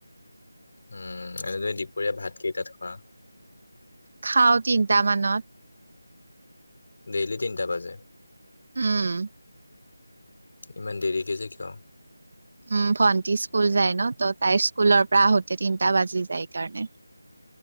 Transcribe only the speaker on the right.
খাওঁ তিনটা মানত।
উম।
উম ভন্টি স্কুল যায় ন, ত তাইৰ স্কুলৰ পৰা আহোতে তিনটা বাজি যায় কাৰণে।